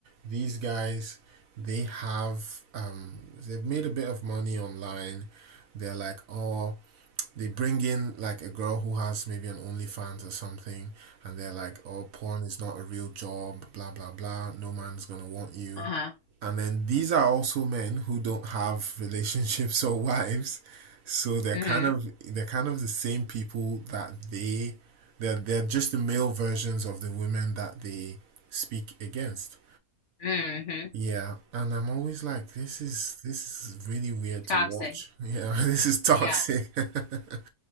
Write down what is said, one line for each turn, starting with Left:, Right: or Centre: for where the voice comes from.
Right: these guys, they have, um, they've made a bit of money online. They're like, oh, they bring in like a girl who has maybe an OnlyFans or something, and they're like, "Oh, porn is not a real job, blah blah blah. No man's gonna want you."
Left: Uh-huh.
Right: And then these are also men who don't have <laughs> relationships or wives, so they're
Left: hmm
Right: kind of they're kind of the same people that they they're they're just the male versions of the women that they speak against.
Left: hmm
Right: Yeah, and I'm always like, this is this is really weird to
Left: Toxic.
Right: watch. Yeah, <laughs> this is toxic.
Left: Yeah.
Right: <laughs>